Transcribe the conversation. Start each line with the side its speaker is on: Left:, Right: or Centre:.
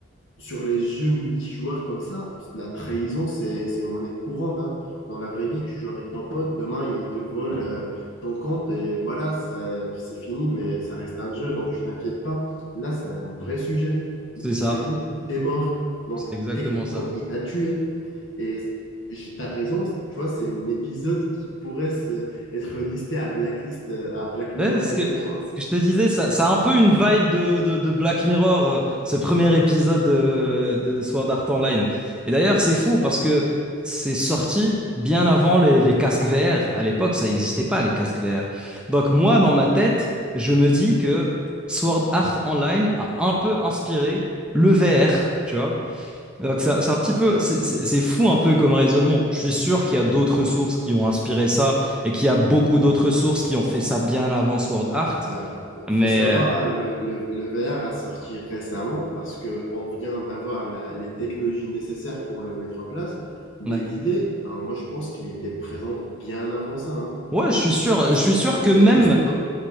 Left: sur les jeux multijoueurs comme ça, la trahison, c'est, c'est monnaie courante. hein. Dans la vraie vie, tu joues avec ton pote, demain, il te vole euh, ton compte et voilà, ça- c'est fini, mais ça reste un jeu, donc tu t'inquiètes pas. Là, c'est un vrai sujet. Il
Centre: C'est
Left: te trahit,
Centre: ça,
Left: t'es mort. Donc,
Centre: c'est exactement
Left: techniquement,
Centre: ça.
Left: il t'a tué. Et j- t'as raison, tu vois, c'est un épisode qui pourrait se- être listé à Blacklist, euh, à Black Mirror
Centre: Ouais, ce
Left: également,
Centre: que,
Left: hein.
Centre: ce que je te disais, ça, ça a un peu une vibe de, de- de Black Mirror, euh, ce premier épisode de, de Sword Art Online. Et d'ailleurs, c'est fou parce que c'est sorti bien avant les, les casques VR. À l'époque, ça n'existait pas, les casques VR. Donc moi, dans ma tête, je me dis que Sword Art Online a un peu inspiré le VR, tu vois. Donc ça- c'est un petit peu,
Left: Euh,
Centre: c'est c'est- c'est fou un peu comme raisonnement. Je suis sûr qu'il y a d'autres sources qui ont inspiré
Left: hein,
Centre: ça
Left: euh,
Centre: et qu'il y a beaucoup d'autres sources qui ont fait ça bien avant Sword Art.
Left: bah,
Centre: Mais
Left: faut savoir,
Centre: euh,
Left: hein, le, le, le VR a sorti récemment parce que on vient d'avoir la- les technologies nécessaires pour le mettre en place. Mais
Centre: ouais,
Left: l'idée, hein, moi, je pense qu'il était présente bien avant ça, hein.
Centre: ouais, je suis sûr,
Left: Il a juste,
Centre: je suis sûr
Left: il,
Centre: que
Left: il
Centre: même
Left: a juste rep-